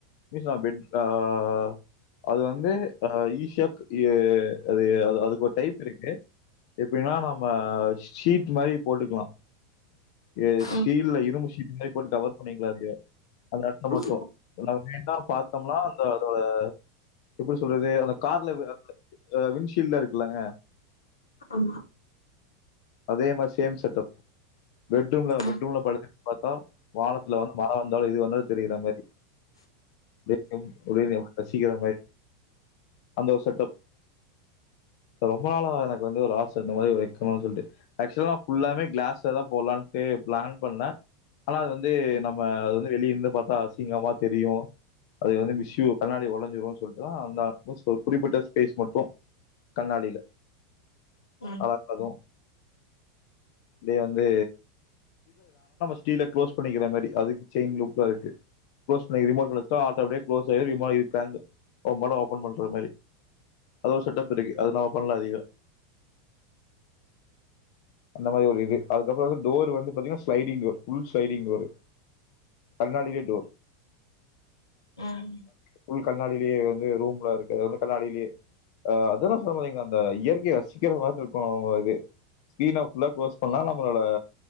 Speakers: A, on the left (about 55°); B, on the left (about 80°).
A: <unintelligible> அது வந்து அ ஈஷக் ஏ அது அ அதுக்கு ஒரு டைப் இருக்கு எப்டின்னா நம்ம ஷீட் மாதிரி போட்டுக்கலா ஏ ஷீல
B: ம்
A: இது மேரி போட்டு கவர் பண்ணிக்கலா <inaudible> அந்த எடத்தல மட்டு
B: ம்
A: நம்ம மெயினா பாத்தம்னா அந்த அதோட எப்டி சொல்றது அந்த கார்ல அ வின்ஷீட்லா இருக்குலங்க
B: ஆமா
A: அதே மாரி சேம் செட்டப் பெட்ரூம்ல
B: ம்
A: பெட்ரூம்ல படு பாத்தா வானத்துல வந்து மழ வந்தாலு இது வந்தாலு தெரிற மாரி அது <unintelligible> ரசிக்கிற மாரி அந்த ஒரு செட்டப் இல்ல ரொம்ப நாளா எனக்கு வந்து ஒரு ஆச இந்த மாரி ஒரு வைக்கணுன் சொல்ட்டு ஆக்சுவலா நா ஃபுல்லாமே கிளாஸ்ல தா போட்லான்டே பிளான் பண்ணே ஆனா அது வந்து
B: ம்
A: நம்ம அது வந்து வெளிலருந்து பாத்தா அசிங்கமா தெரியு அது வந்து விஷ்யு கண்ணாடி ஓடஞ்சிடு சொல்ட்டுதா அந்த ஸ்பேஸ் குறிப்பிட்ட ஸ்பேஸ் மட்டு கண்ணாடில
B: ம்
A: <inaudible> அது டெய்லி வந்து ஸ்கீரீன க்ளோஸ் பண்ணிக்கிற மெரி அதுக்கு செயின் லூப்லா இருக்கு க்ளோஸ் பண்ண ரிமோட் எடுத்தா ஆட்டோமேட்டிக்கா க்ளோஸ் ஆயிரு <inaudible> நம்பலா ஓப்பன் பண்ற மாரி அது ஒரு செட்டப் இருக்கு அது நம்ம பண்ணலா அதிக அந்த மாரி ஒரு இது அதுக்கப்றோ வந்து டோர் வந்து பாத்தீங்னா sliding door full sliding door கண்ணாடியே டோர்
B: ம் ம்
A: ஃபுல் கண்ணாடிலியே இது வந்து ரூம்லா இருக்கதுனால கண்ணாடிலே அ அத தா சொல்ல வந்தே இங்க அந்த இயற்கைய ரசிக்கிற மாரி இருக்கு இது ஸ்க்ரீன ஃபுல்லா க்ளோஸ் பண்ணா நம்மளோட